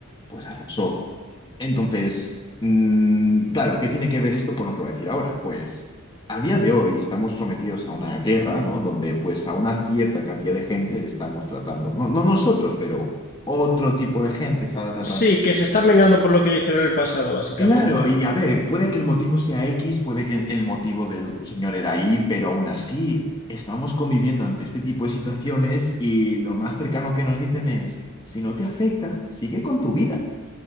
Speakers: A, on the left; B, on the left.
A: pues arrasó. Entonces, mm, claro, ¿qué tiene que ver esto con lo que voy a decir ahora? Pues a día de hoy estamos sometidos a una guerra, ¿no? Donde pues a una cierta cantidad de gente estamos tratando, no, no nosotros, pero otro tipo de gente está tratando.
B: sí, que se están vengando por lo que le hicieron en el pasado, básicamente.
A: Claro, y a ver, puede que el motivo sea X, puede que el motivo del otro señor era Y, pero aún así estamos conviviendo ante este tipo de situaciones y lo más cercano que nos dicen es, si no te afecta, sigue con tu vida.